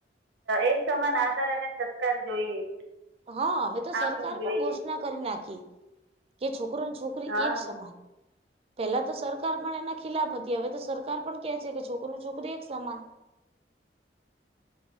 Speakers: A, on the right; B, on the right.
A: એક સમાન આદર અને સત્કાર જોઈએ
B: હા હવે તો સરક
A: આપવું જોઈએ
B: પણ ઘોષણા કરી નાખી કે છોકરોને છોક નકરી
A: હા
B: એક સમાજ પેલા તો સરકાર પણ એના ખિલાફ હતી હવે તો સરકાર પણ કે છે કે છોકરીની છોકરી એક સમાન